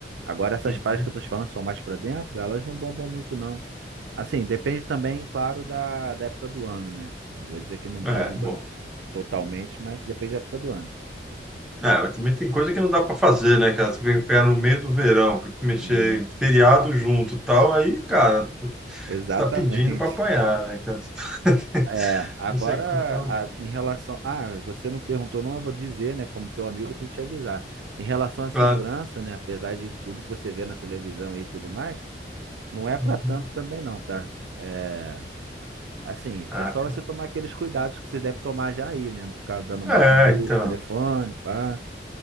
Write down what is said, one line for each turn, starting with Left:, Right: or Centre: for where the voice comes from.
Right: Agora, essas
Centre: Uhum.
Right: praias que eu tô te falando que são mais pra dentro, elas não bombam muito, não. Assim, depende também, claro, da, da época do ano, né? Não Vou dizer que não bomba
Centre: É, bom.
Right: totalmente, mas depende da época do ano.
Centre: É, mas também tem coisa que não dá pra fazer, né, cara? Você vem pegar no meio do verão, que mexer
Right: E-
Centre: em feriado junto e tal, aí, cara, você
Right: Exatamente.
Centre: tá pedindo pra apanhar,
Right: <laughs>
Centre: né, cara? <laughs>
Right: É, agora,
Centre: Isso é qualquer lugar.
Right: a- em relação. Ah, você não perguntou, não, eu vou dizer, né? Como teu amigo, eu tenho que te avisar. Em relação à segurança,
Centre: Claro.
Right: né? Apesar de tudo que você vê na televisão aí e tudo mais, não é para
Centre: Uhum.
Right: tanto também, não, tá? É, assim,
Centre: Ah,
Right: é só
Centre: cara.
Right: você tomar aqueles cuidados que você deve tomar já aí, né? Não ficar dando
Centre: É,
Right: mole na rua,
Centre: então.
Right: com o telefone, pá.